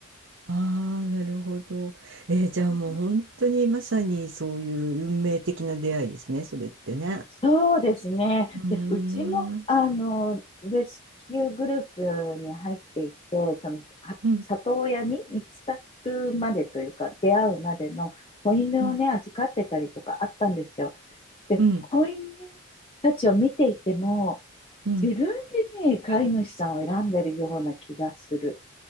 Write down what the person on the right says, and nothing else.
ああ、なるほど。えー、じゃあもう本当にまさにそういう運命的な出会いですね、
それってね。
うーん、
うん、
うん、
うん、
うん、